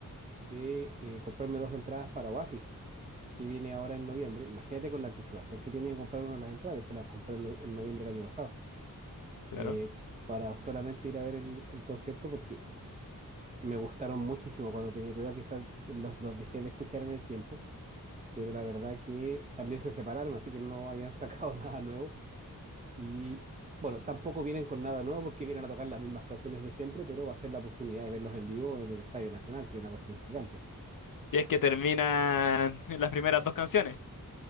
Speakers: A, on the right; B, on the left.
A: de eh, comprarme dos entradas para Oasis, que viene ahora en noviembre. Imagínate con la anticipación que tiene de comprar una de las entradas. De hecho, las compré en, no- en noviembre del año pasado.
B: Claro.
A: eh, para solamente ir a ver el, el concierto porque me gustaron muchísimo cuando tenía tu edad, quizás los, los dejé de escuchar en el tiempo, pero la verdad que también se separaron, así que no habían sacado <laughs> nada nuevo y bueno, tampoco vienen con nada nuevo porque vienen a tocar las mismas canciones de siempre, pero va a ser la oportunidad de verlos en vivo en el Estadio Nacional, que es una cuestión gigante.
B: Si es que terminan <laughs> las primeras dos canciones.